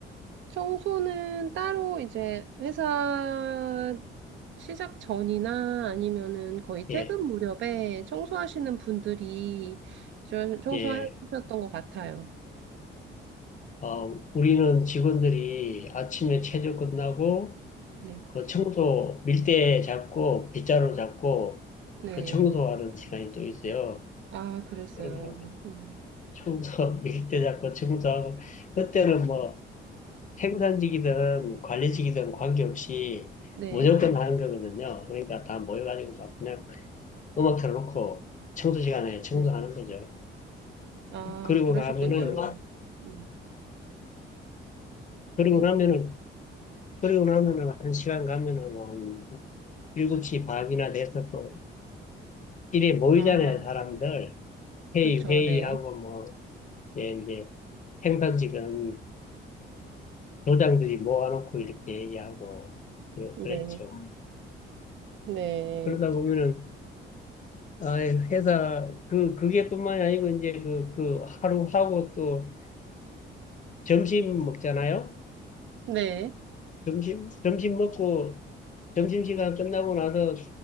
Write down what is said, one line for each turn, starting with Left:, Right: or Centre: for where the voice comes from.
Right: 청소는 따로 이제 회사 시작 전이나 아니면은 거의 퇴근
Left: 예.
Right: 무렵에 청소하시는 분들이 좀 청소하셨던
Left: 예.
Right: 것 같아요.
Left: 어, 우리는 직원들이 아침에 체조 끝나고
Right: 네.
Left: 그 청소 밀대 잡고 빗자루 잡고
Right: 네.
Left: 그 청소하는 시간이 또 있어요.
Right: 아, 그랬어요.
Left: 그러면 그
Right: 음.
Left: 청소 <laughs> 밀대 잡고 청소하고 그때는 뭐 생산직이든 관리직이든 관계없이
Right: 네.
Left: 무조건 하는 거거든요. 그러니까 다 모여가지고 막 그냥 음악 틀어놓고 청소 시간에 청소하는
Right: 네.
Left: 거죠.
Right: 아,
Left: 그리고
Right: 그러셨군요.
Left: 나면은
Right: 네.
Left: 그리고
Right: 네.
Left: 나면은, 그리고 나면은 한 시간 가면은 뭐한 7시 반이나 돼서 또 일에 모이잖아요,
Right: 아,
Left: 사람들. 회의,
Right: 그렇죠.
Left: 회의하고
Right: 네.
Left: 뭐 예, 이제 행단직은 도장들이 모아놓고 이렇게 얘기하고 그-
Right: 네.
Left: 그랬죠. 아,
Right: 네.
Left: 그러다 보면은 아 회사 그 그게뿐만이 아니고 이제 그 그 하루 하고 또 점심 먹잖아요.
Right: 네.
Left: 점심 점심 먹고 점심 시간 끝나고 나서